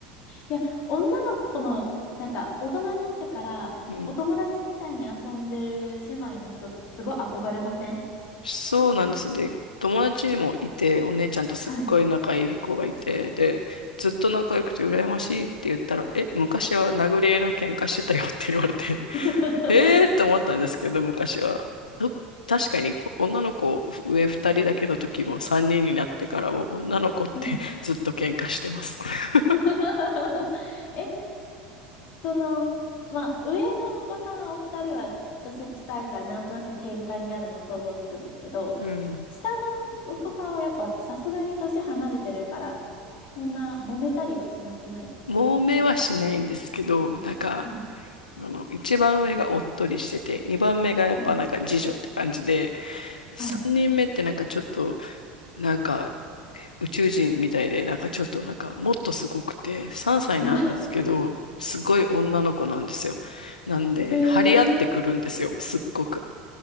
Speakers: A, on the left; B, on the left.
A: いや、女の子の、なんか、大人になってから、
B: うん
A: お友達みたいに遊んでる姉妹の人、すごい憧れません
B: そうなんですで友達にもいて、お姉ちゃんとすっごい仲いい子がいて、
A: はい。
B: で、ずっと仲良くて羨ましいって言ったら、え、昔は殴り合いの喧嘩してたよって言われて、
A: <laughs>
B: <laughs> えーって思ったんですけど、昔は。と確かにこ女の子上二人だけの時も三人になってからも女の子ってずっと喧嘩してます。
A: はい。
B: <laughs>
A: <laughs> え、その、まあ、上のお子さんお二人は年近いからなんとなく喧嘩になるの想像つくんですけど、
B: うん。
A: 下のお子さんはやっぱさすがに年離れてるから、そんな揉めたりはしなくないですか
B: <laughs> 揉めはしないんですけど、なんか、
A: はい。
B: あの、一番上がおっとりしてて、二番目がやっぱなんか次女って感じで、
A: はい。はい。
B: 三人目ってなんかちょっと、なんか宇宙人みたいで、なんかちょっとなんかもっとすごくて、三歳なんですけど、
A: <laughs>
B: すごい女の子なんですよ。なんで、
A: へえ。
B: 張り合ってくるんですよ、すっごく。